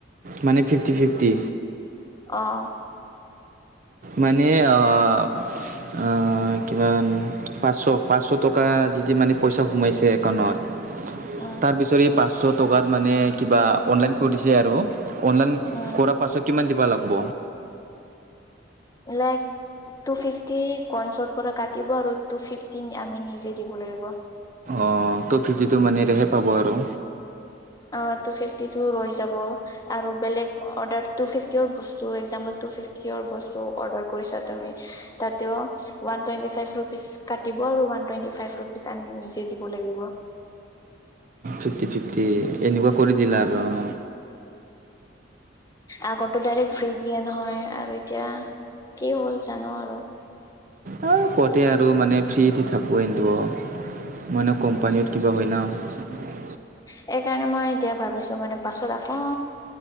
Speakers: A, on the right (about 45°); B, on the left (about 20°).
A: মানে ফিফটি-ফিফটি।
B: অঁ!
A: মানে অ-অ কিমান পাঁচশ-পাঁচশ টকা যদি মানে পইচা সোমাইছে একাউণ্টত
B: উম
A: তাৰপিছৰে পাঁচশ টকাত মানে কিবা অনলাইন কৰিছে আৰু অনলাইন
B: উম
A: কৰাৰ পাছত কিমান দিবা লাগিব?
B: লাইক <unintelligible> টুফিফটি ক‌ইনছৰ পৰা কাটিব আৰু টুফিফটি আমি নিজে দিব লাগিব।
A: অঁ ত' ফিফিটো মানিৰেহে পাব আৰু।
B: অঁ টুফিফটি ৰৈ যাব আৰু বেলেগ অৰ্ডাৰটো টুফিফটি বস্তু একজামপোল টুফিফটিৰ বস্তু অৰ্ডাৰ কৰিছা তুমি তাতেও ওৱান টুৱেন্টি ফাইভ ৰোপিচ কাটিব। আৰু ওৱান টুৱেণ্টি ফাইভ ৰুপিজ আমি নিজে দিব লাগিব।
A: ফিফটি-ফিফটি এনেকুৱা কৰি দিলা
B: উম
A: আৰু অ।
B: আগতো ডাইৰেক্ট ফ্ৰী দিয়ে নহয় আৰু এতিয়া কি হ'ল জানো আৰু।
A: <unintelligible> কতে আৰু মানে ফ্ৰী দি থাকো এটোৱ মানে কোম্পানীত কিবা হয় ন।
B: সেইকাৰণে মই এতিয়া ভাবিছোঁ মানে পাছত আকৌ